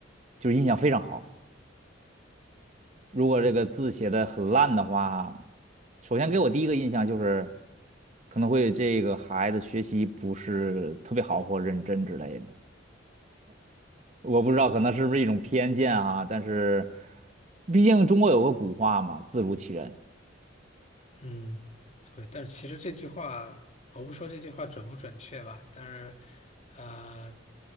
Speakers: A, on the right; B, on the left.
A: 就是印象非常好。如果这个字写的很烂的话，
B: 嗯
A: 首先给我第一个印象就是可能会这个孩子学习不是特别好或认真之类的。我不知道，
B: 嗯
A: 可能是不是一种偏见啊？但是毕竟中国有个古话嘛，“字如其人”
B: 嗯，对，但是其实这句话，我不说这句话准不准确吧，但是，啊，